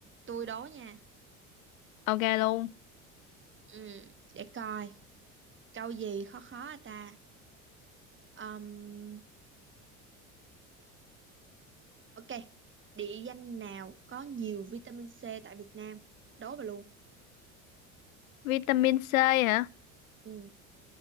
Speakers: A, on the right; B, on the left.
A: tôi đố nha.
B: Ok luôn.
A: Ừ, để coi, câu gì khó khó à ta? Ừm, ok, địa danh nào có nhiều vitamin C tại Việt Nam? Đố bà luôn.
B: Vitamin C hả?
A: Ừ,